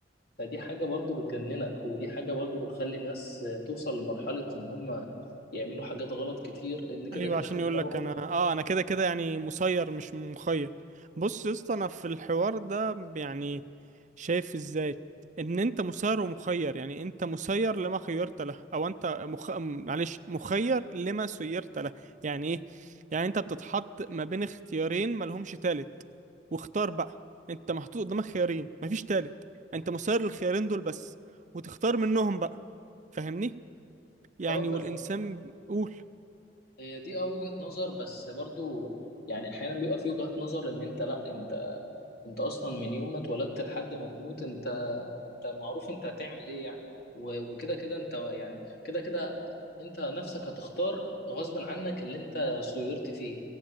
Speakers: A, on the left (about 60°); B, on the right (about 45°).
A: فدي حاجة برضو بتجننك ودي حاجة برضو بتخلي الناس توصل لمرحلة ان هم يعملوا حاجات غلط كتير لان كده
B: ايوه
A: كده
B: عشان
A: في دماغهم
B: يقول لك انا اه انا كده كده يعني مسير مش مخير بص يا اسطى انا في الحوار ده يعني شايف ازاي ان انت مسير ومخير يعني انت مسير لما خيرت له او انت مخ... م- معلش مخير لما سيرت له يعني ايه يعني انت بتتحط ما بين اختيارين ملهمش تالت واختار بقى انت محطوط قدامك خيارين مفيش تالت انت مسير للخيارين دول بس وتختار منهم بقى فاهمني يعني
A: اه بس
B: والانسان قول
A: هي دي اه وجهة نظر بس برضو يعني احيانا بيبقى في وجهات نظر ان انت لا انت انت اصلا من يوم ما اتولدت لحد ما تموت انت انت معروف انت هتعمل ايه يعني و- وكده كده انت يعني كده كده انت نفسك هتختار غصبا عنك اللي انت صيرت فيه